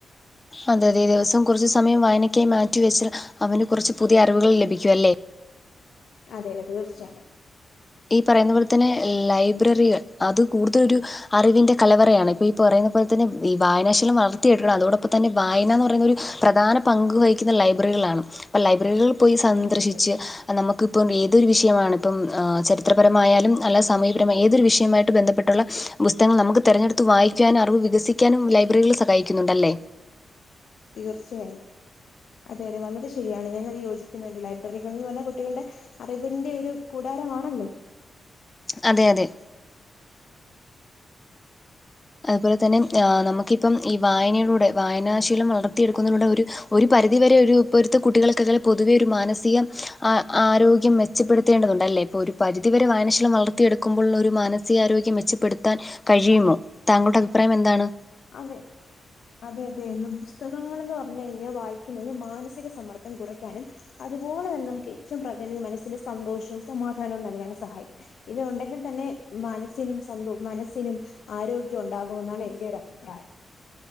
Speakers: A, on the left (about 20°); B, on the left (about 75°).
A: അതെ അതെ ദിവസം കുറച്ച് സമയം വായനക്കായി മാറ്റി വെച്ചാൽ അവന് കുറച്ച് പുതിയ അറിവുകൾ ലഭിക്കും അല്ലേ?
B: അതെ തെ തീർച്ചയാണ്-
A: ഈ പറയുന്ന പോലെ തന്നെ ലൈബ്രറികൾ അത് കൂടുതലൊരു അറിവിന്റെ കലവറയാണ് ഇപ്പ ഈ പറയുന്ന പോലെ തന്നെ ഈ വായനാശീലം വളർത്തിയാട്ടുള്ള അതോടൊപ്പം തന്നെ വായന എന്ന് പറയുന്നൊരു പ്രധാന പങ്ക് വഹിക്കുന്ന ലൈബ്രറികളാണ് അപ്പ ലൈബ്രറികൾ പോയി സന്ദർശിച്ച്
B: അതെ അതെ
A: നമക്ക്പ്പം ഏതൊരു വിഷയമാണ് പ്പം ചെ രിത്രരമായാലും അല്ലാ സമൂഹ്യപരമായ ഏതൊരു വിഷയമായിട്ട് ബന്ധപ്പെട്ടുള്ള പുസ്തങ്ങൾ നമുക് തെരഞ്ഞെടുത്ത് വായിക്കാനും അറിവ് വികസിക്കാനും ലൈബ്രറികൾ സഹായിക്കുന്നുണ്ടല്ലേ?
B: തീർച്ചയായും. അതെ അതെ വളരെ ശരിയാണ് ഞാനത് യോജിക്കുന്നുണ്ട് ലൈബ്രറികൾന്ന് പറഞ്ഞാ കുട്ടികൾടെ അറിവ്ന്റെ ഒരു കൂടാരമാണല്ലോ?
A: അതെ അതെ- അതുപോലെ തന്നെ ആ് നമുക്കിപ്പം ഈ വായനയിലൂടെ വായനാശീലം വളർത്തിയെടുക്കുന്നതിലൂടെ ഒരു- ഒരു പരിധി വരെ ഒരു ഇപ്പോരുത്തെ കുട്ടികൾക്കെ പൊതുവെ ഒരു മാനസിക ആരോഗ്യം മെ ച്ചപ്പെടുത്തേണ്ടതുണ്ടല്ലേ പ്പോരു പരിധി വരെ വായനശീലം വളർത്തിയെടുക്കുമ്പോള്ളൊരു മാനസികാരോഗ്യം മെച്ചപ്പെടുത്താൻ- കഴിയുമോ താങ്കളുടെ അഭിപ്രായം എന്താണ്?
B: അവെ അതെ അതെ ന്ന് പുസ്തകങ്ങളെന്ന് പറഞ്ഞു കഴിഞ്ഞാൽ വായിക്കിന്നത് മാനസിക സമ്മർദ്ദം കുറയ്ക്കാനും- അതുപോലെ ന്നെ നമ്ക്ക് ഏറ്റവും പ്രാധാന്യം മനസ്സിന് സന്തോഷവും സമാധാനവും നൽകാനും സഹായിക്കും. ഇനി ഉണ്ടെങ്കിൽ തന്നെ മനസ്സിനും സന്തോ മനസ്സിനും ആരോഗ്യം ഉണ്ടാകുമെന്നാണ് എന്റെ ഒര പ്രായം.